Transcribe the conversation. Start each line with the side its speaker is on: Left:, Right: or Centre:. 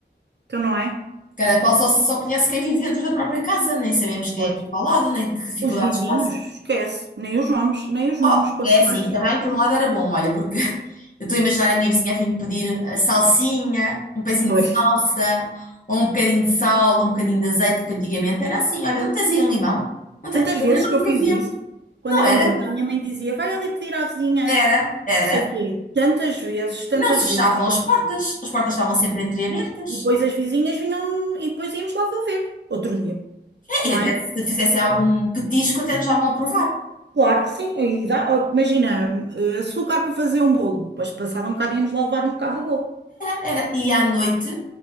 Right: Então, não é?
Left: Cada qual só, só conhece quem vive dentro da própria casa, nem sabemos quem
Right: Pois.
Left: é que vive ao lado, nem que dificuldades
Right: Os vizinhos,
Left: passa.
Right: esquece, nem os nomes, nem os nomes,
Left: Oh,
Right: quanto
Left: é assim,
Right: mais.
Left: também por um lado era bom, olha, porque <laughs> eu estou a imaginar a minha vizinha a vir-me pedir a salsinha, um pezinho
Right: Foi.
Left: de salsa, ou um bocadinho de sal, um bocadinho de azeite, porque antigamente era assim, olha, não tens aí um limão? Não tem.
Right: Tantas
Left: Eu
Right: vezes
Left: lembro-me
Right: que eu fiz
Left: que havia.
Right: isso, quando
Left: Não
Right: era
Left: era,
Right: miúda, a minha mãe dizia, vai ali pedir à vizinha,
Left: era, era.
Right: não sei quê. Tantas vezes, tantas
Left: Não se
Right: vezes
Left: fechavam
Right: que
Left: as
Right: eu
Left: portas,
Right: fiz isso.
Left: as portas estavam sempre entreabertas.
Right: E depois as vizinhas vinham, e depois íamos lá devolver, outro dia,
Left: É,
Right: não
Left: E até
Right: é?
Left: se fizessem algum petisco, até nos davam a provar.
Right: Claro que sim, e dá, ó, imagina, eh, açúcar para fazer um bolo, depois passado um bocado íamos lá levar um bocado de bolo.
Left: Era, e à noite,